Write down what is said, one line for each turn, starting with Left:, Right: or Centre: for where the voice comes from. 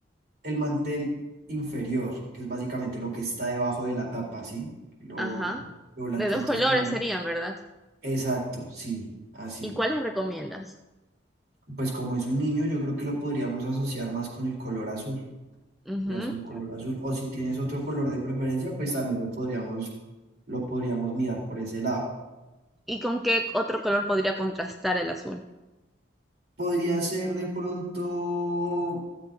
Right: el mantel inferior, que es básicamente lo que está debajo de la tapa, ¿sí? Lo,
Centre: Ajá.
Right: lo blanquito.
Centre: De dos
Right: Entonces,
Centre: colores
Right: podríamos-
Centre: serían, ¿verdad?
Right: Exacto, sí, así.
Centre: ¿Y cuáles recomiendas?
Right: Pues como es un niño, yo creo que lo podríamos asociar más con el color azul.
Centre: Ujú.
Right: Podría ser un color azul. O si tienes otro color de preferencia, pues también lo podríamos, lo podríamos mirar por ese lado.
Centre: ¿Y con qué otro color podría contrastar el azul?
Right: Podría ser de pronto,